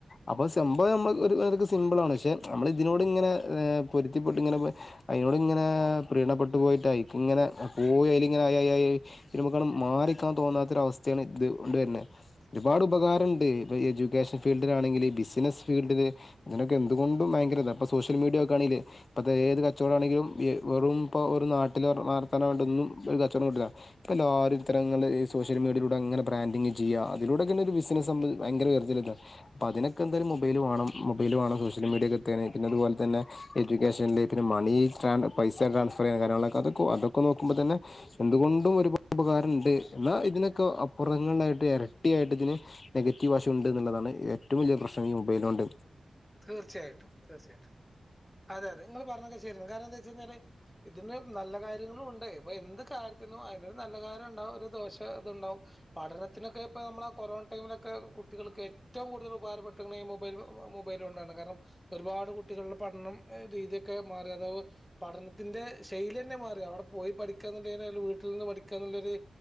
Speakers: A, on the left; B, in the centre.
A: അപ്പൊ സംബോ നമ്മ ഒരു <unintelligible> സിം പ്ലാന് ക്ഷെ നമ്മള ഇതിനോട് ഇങ്ങനെ പൊരുത്തിപ്പെട്ട് ഇങ്ങനെ അതിനോട് ഇങ്ങനെ പ്രീണപ്പെട്ട് പോയിട്ട് ബൈക്കിങ്ങനെ പോയി അയിലിങ്ങനെ ആയി ആയി ആയി ഇരുമുക്കളം മാറിക്കാൻ തോന്നാത്തൊര അവസ്ഥയാണ് ഇത് കൊണ്ട്വരന്നെ ഒരുപാട് ഉപകാര്ണ്ട് ഇപ്പ എഡ്യൂക്കേഷൻ ഫീൽഡിൽ ആണെങ്കിൽ ബിസിനസ്സ് ഫീൽഡില് അങ്ങ് <unintelligible> എന്തുകൊണ്ടും ഭയങ്കരിത പ്പ സോഷ്യൽ മീഡിയൊക്കെ ആണെല് ഇപത്തെ ഏത് കച്ചോടാണെങ്കിലും വെറും പ്പ ഒർ ന നാട്ടിൽർ മാർത്താനണ്ടന്നും ഒരു കച്ചോടട്ടില്ല ഇപ്പോ എല്ലാരും ഇത്തരങ്ങള് ഈ സോഷ്യൽ മീഡിയലൂടെ അങ്ങന ബ്രാൻഡിങ്ങ് ചെയ്യ അതിലൂടെെ ഒരു ബിസിനസ് <unintelligible> ഭയങ്കര ഉയർചെല്ത്ത അതിനൊക്കെന്താലും മൊബൈല് വാണം മൊബൈ ല് വാണം സോശ്യൽമീഡിയക്കക്കെന്നെ പിന്നത്പോൽതന്നെ എ്ജ്യൂക്കേഷനിലെക്കിനു മണി ട്രാൻ പൈസ ട്രാസ്ഫർ <unintelligible> <unintelligible> അതൊക്കെ നോക്കുമ്പോ തന്നെ എന്തുകൊണ്ടും ഒരു ഉപകാരം ഉണ്ട് എന്ന ഇതിനെക്കെ അപ് അപ്പുറങ്ങള്ലാട്ട് ഇരട്ടിയായിട്ട് ഇതിന് നെഗറ്റീവഷോണ്ട്ന്നുള്ളതാണ് ഏറ്റോം വല്യ പ്രശ്നം ഈ മൊബൈലോണ്ട്
B: തീർച്ചയായിട്ടും തീർച്ചയായിട്ടും അതെ അതെ ങ്ങൾ പറഞ്ഞക്കെ ശരി കാർണന്ന <unintelligible> ഇതിന് നല്ല കാര്യങ്ങളുണ്ടെ ഇപ്പൊ എന്ത് കാര്യത്തിനും അനൊരു നല്ല കാരോണ്ടാവും ഒരു ദോഷ <unintelligible> ഇത്ണ്ടാവും പഠനത്തിനൊക്കെ പ്പ നമ്മള ആ കൊറോൺ റ്റയ്മിലൊക്കെ കുട്ടികൾക്ക് ഏറ്റോം കൂടുതൽ ഉപകാരപ്പെട്ക്കണെ മൊബൈൽ മൊ മൊബൈല് കൊണ്ടാണ് കാർണം ഒരുപാട് കുട്ടികൾ പഠനം രീതിയൊക്കെ മാറി അത പഠനത്തിന്റെ ശൈലിന്നെ മാറിയവിടെ പോയി പഠിക്കാന്ന് <unintelligible> വീട്ടിൽ നിന്ന് പഠിക്കാ എന്നുള്ളോരു